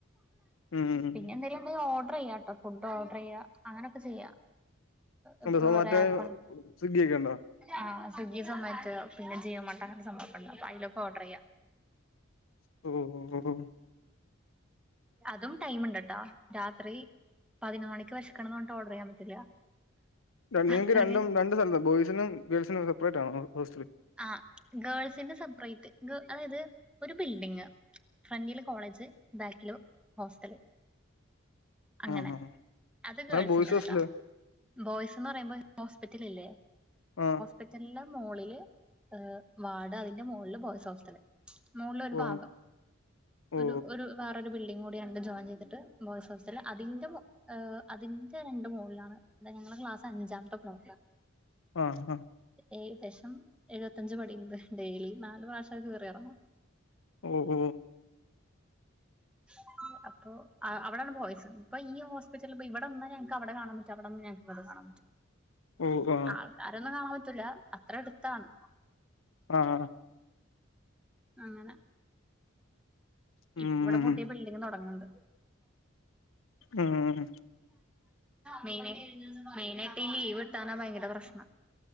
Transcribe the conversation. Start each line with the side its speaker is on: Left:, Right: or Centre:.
Left: ഉം ഉം
Centre: പിന്നെ എന്തെലും ഫുഡ് ഓർഡർ ചെയ്യാട്ടോ ഫുഡ്ഓർഡർ ചെയ്യ അങ്ങനെയൊക്കെചെയ്യ. ഒകെ
Left: എന്താ സൊമാറ്റോ
Centre: ഒരു ആപ്പ് ആണ്
Left: സ്വിഗ്ഗി ഒക്കെ ഉണ്ടോ
Centre: ആഹ സ്വിഗ്ഗി സൊമാറ്റോ പിന്ന ജിയോട്ടൺ അങ്ങന സംഭവംണ്ട് അപ്പ അതിലൊക്കെ ഓർഡർ ചെയ്യാം.
Left: ഓഓ
Centre: അതും ടൈം ഉണ്ടട്ടാ രാത്രി പതിനൊന്ന് മണിക്ക് വിശക്കണ് എന്ന് പറഞ്ഞിട്ട് ഓർഡർ ചെയാൻ പറ്റില്ല
Left: പെണ്ണുങ്ങൾക്ക്
Centre: പത്ത്
Left: രണ്ടും
Centre: മണി
Left: രണ്ട് സ്ഥലത്ത ബോയ്സിനും ഗേൾസിനും സെപ്പറേറ്റ് ആണോ ഹോസ്റ്റൽ
Centre: ആ ഗേൾസിന്റെ സെപ്പറേറ്റ് അതായത് ഒരു ബിൽഡിങ് ഫ്രണ്ടില് കോളേജ് ബാക്കില് ഹോസ്റ്റല് അങ്ങനെ
Left: ആ ആ
Centre: അത് ഗേൾസിൻ്റെ
Left: ആ ബോയ്സ് ഹോസ്റ്റല്
Centre: ത് കേട്ടാ ബോയ്സ് എന്ന് പറയുമ്പോ ഹോസ്പിറ്റൽ ഇല്ലേ
Left: ആ
Centre: കിച്ചണിൻ്റെ മുകളിൽ ഹ് വാട് അതിന്റെ മോളിൽ ബോയ്സ് ഹോസ്റ്റൽ മുകളില ഒരു
Left: ഓ
Centre: ഭാഗം
Left: ഓ
Centre: ഒരു ഒരു വേറൊരു ബിൽഡിങ് കൂടി ഉണ്ട് ജോയിൻ ചെയ്തിട്ട് ബോയ്സ് ഹോസ്റ്റൽ അതിന്റ മു ഏഹ് അതിന്റെ രണ്ടു മുകളിലാണ് എ ഞങ്ങളെ ക്ലാസ് അഞ്ചാമത്തെഫ്ലോർ ആണ്
Left: ആഹ ആ
Centre: ഏകദേശം എഴുപത്തഞ്ച് പടിയണ്ട് ഡെയിലി നാല് പ്രാവശ്യം അത് കയറി ഇറങ്ങണം.
Left: ഓ ഓ
Centre: <unintelligible> അപ്പൊ അവിടൊണ് ബോയസ് ഇപ്പൊ ഈ ഹോസ്പിറ്റല ഇവിടെന്നാ ഞക്ക് അവിടെ കാണൻ പറ്റും അവിടെന്ന് ഞക്ക് ഇവിടെ കാണാൻ പറ്റും.
Left: ഓ ആ
Centre: ആൾക്കാരൊന്നും കാണാൻ പറ്റില്ല അത്ര അടുത്താണ്.
Left: ആഹ
Centre: അങ്ങനെ
Left: ഉം
Centre: ഇപ്പ ഇവിടെ പുതിയ ബിൽഡിങ് തുടങ്ങണ്ട്
Left: ഉം
Centre: മെയിന മെയിനായിട്ട് ഈ ലീവ് കിട്ടാനാ ഭയങ്കര പ്രശ്നം